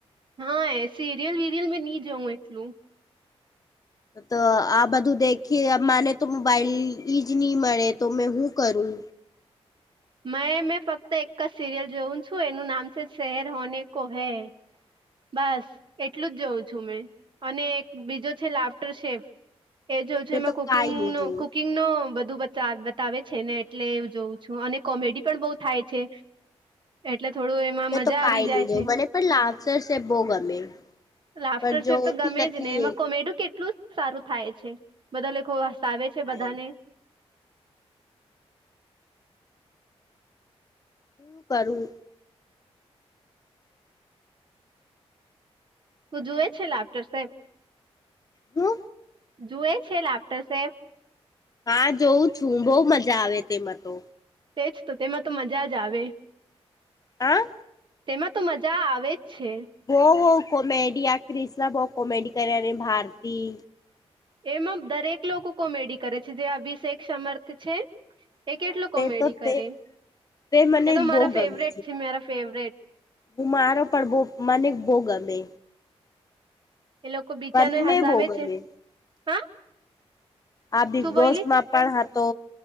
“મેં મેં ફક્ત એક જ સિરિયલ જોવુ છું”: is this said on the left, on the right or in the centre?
Right